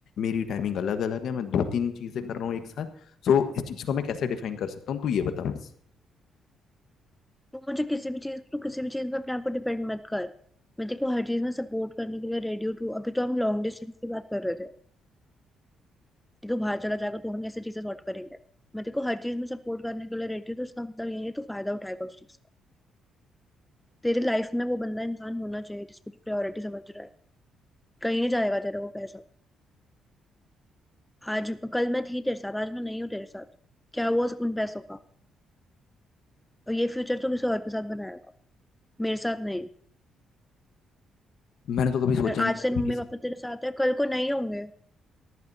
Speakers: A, on the left (about 70°); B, in the centre.
A: मेरी टाइमिंग अलग अलग है मैं दो तीन चीजें कर रहा हूँ एक साथ सो इस चीज को मैं कैसे डिफाइन कर सकता हूँ तू ये बता बस
B: तो मुझे किसी भी चीज तो किसी भी चीज में अपने आप को डिपेंड मत कर मैं देखो हर चीज में सपोर्ट करने के लिए रेडियो टू अभी तो हम लॉन्ग डिस्टेंस की बात कर रहे थे कि तू बाहर चला जाएगा तो हम ऐसी चीजें सॉर्ट करेंगे मैं देखो हर चीज में सपोर्ट करने के लिए रेडी हूँ तो उसका मतलब यही है तो फायदा उठाएगा उस चीज का तेरी लाइफ में वो बंदा इंसान होना चाहिए जिसको तू प्रायोरिटी समझ रहा है कहीं नहीं जाएगा तेरा वो पैसा आज कल मैं थी तेरे साथ आज मैं नहीं हूँ तेरे साथ क्या हुआ उस- उन पैसों का और ये फ्यूचर तो किसी और के साथ बनाएगा मेरे साथ नहीं
A: मैंने तो कभी सोचा
B: और
A: ही नहीं
B: आज
A: था
B: तेरे
A: कि मैं
B: मम्मी
A: किस
B: पापा तेरे साथ है कल को नहीं होंगे